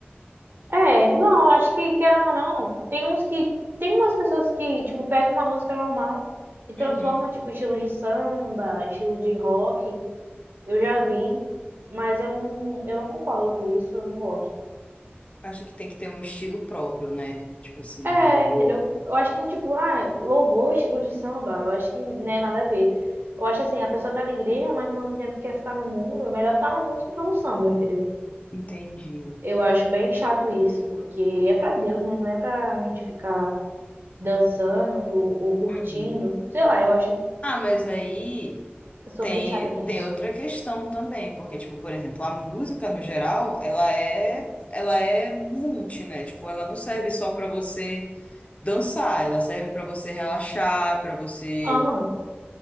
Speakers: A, on the right; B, on the left.
A: É, não, eu acho que, querendo ou não, tem uns que. Tem umas pessoas que, tipo, pegam uma música normal e transforma,
B: Uhum.
A: tipo, estilo de samba, estilo de rock. Eu já vi, mas eu não, eu não concordo com isso, eu não gosto.
B: Acho que tem que ter um estilo próprio, né? Tipo assim,
A: É,
B: algo.
A: entendeu? Eu acho que, tipo, ah, louvor, estilo de samba, eu acho que não é nada a ver. Eu acho assim, a pessoa tá na igreja, mas ao mesmo tempo quer ficar no mundo, é melhor tá na música do tá samba, entendeu?
B: Entendi.
A: Eu acho bem chato isso, porque é pra Deus, né? Não é pra gente ficar dançando ou curtindo.
B: Uhum.
A: Sei lá, eu acho.
B: Ah, mas aí
A: Eu sou
B: tem,
A: bem chata com
B: tem
A: isso.
B: outra questão também, porque, tipo, por exemplo, a música no geral, ela é, ela é multi, né? Tipo, ela não serve só pra você dançar, ela serve pra você relaxar, pra você
A: Aham.